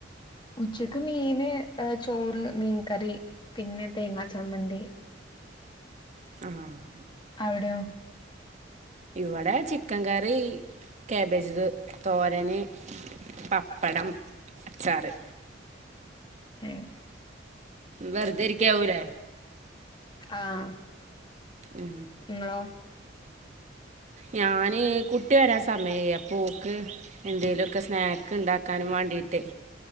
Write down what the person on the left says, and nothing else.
ഉച്ചക്ക് മീന് ചോറ് മീൻകറി പിന്നെ തേങ്ങാ ചമ്മന്തി
അവിടെയോ
ഏഹ്
ആഹ്‌
ങ്ങളോ